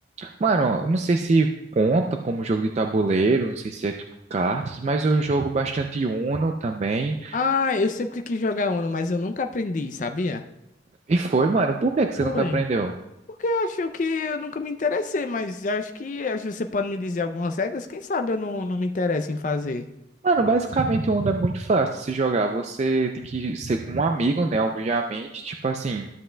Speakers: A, on the right; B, on the left.
A: Mano, eu não sei se conta como jogo de tabuleiro, não sei se é tipo cartas, mas eu jogo bastante Uno também.
B: Ah, eu sempre quis jogar Uno, mas eu nunca aprendi, sabia?
A: E foi, mano, por que que você
B: Foi.
A: nunca aprendeu?
B: Porque eu acho que eu nunca me interessei, mas acho que, acho que você pode me dizer algumas regras, quem sabe eu não, não me interesso em fazer.
A: Mano, basicamente o Uno é muito fácil de se jogar. Você tem que ser com um amigo, né? Obviamente, tipo assim,